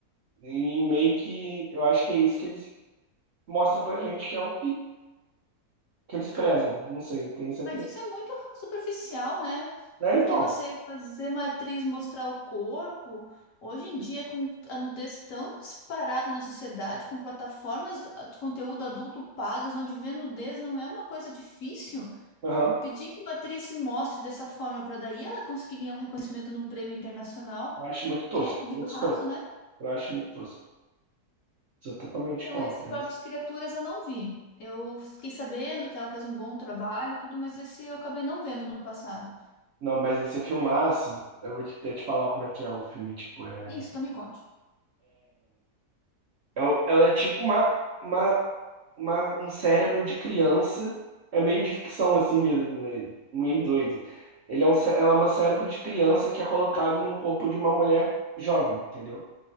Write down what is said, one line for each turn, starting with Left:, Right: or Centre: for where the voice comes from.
Right: E meio que eu acho que é isso que eles mostram pra gente, que é o que, que eles prezam. Não sei, tem essa
Left: Mas
Right: crítica.
Left: isso é muito superficial, né?
Right: Né,
Left: Porque
Right: então,
Left: você fazer uma atriz mostrar o corpo, hoje em dia, com a nudez tão disparada na sociedade, com plataformas ah, de conteúdo adulto pagas, onde ver nudez não é uma coisa difícil,
Right: aham,
Left: pedir que uma atriz se mostre dessa forma para daí ela conseguir ganhar um reconhecimento num prêmio internacional
Right: eu acho muito tosco,
Left: é muito
Right: muito
Left: raso,
Right: escroto.
Left: né?
Right: Eu acho muito tosco. Sou totalmente
Left: Então,
Right: contra
Left: esse Pobres
Right: isso.
Left: Criaturas eu não vi. Eu fiquei sabendo que ela fez um bom trabalho, tudo, mas esse eu acabei não vendo no passado.
Right: Não, mas esse é filmaço, eu vou te- até te falar como é que é o filme, tipo, é...
Left: Isso, então me conte.
Right: é o- Ela é tipo uma, uma uma- um cérebro de criança. É meio de ficção assim mesmo, né? Meio doido. Ele é um, cé- ela é uma cérebro de criança que é colocado num corpo de uma mulher jovem, entendeu?